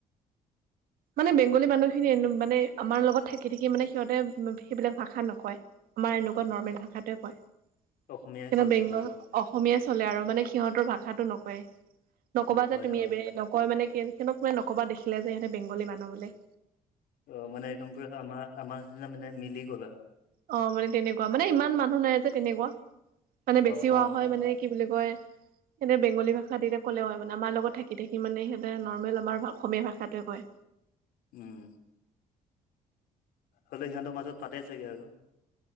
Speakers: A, on the right; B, on the left.
A: মানে বেংগলী মানুহখিনি এনে মানে আমাৰ লগত থাকি থাকি মানে সিহঁতে সেইবিলাক ভাষা নকয়। আমাৰ এনেকুৱা নৰ্মেল ভাষাটোৱে কয়।
B: অসমীয়াই
A: স
B: চলে
A: বেংগল
B: সিহঁতৰ
A: অসমীয়া চলে আৰু মানে সিহঁতৰ ভাষাটো নকয়ে। নকবা
B: নকয়
A: যে তুমি
B: অ
A: এই, নহয় মানে সহঁতক মানে নকবা দেখিলে যে সহঁতে বেংগলী মানুহ বুলি।
B: অ', মানে একদম পোৰা আমাৰ, আমাৰ নিচিনা মানে মিলি গ'লা।
A: অ', মানে তেনেকুৱা মানে, ইমান মানুহ নাই যে তেনেকুৱা মানে বেছি
B: অ
A: হোৱা
B: অ
A: হয়
B: অ
A: মানে কি বুলি কয় সিহঁতে বেংগলী ভাষাতি ক'লে হয় আগতে আমাৰ লগত থাকি থাকি মানে সিহঁতে নৰ্মেল আমাৰ অসমীয়া ভাষাটোৱে কয়।
B: উম। হ'লেও সিহঁতৰ মাজত পাতে ছাগে আৰু।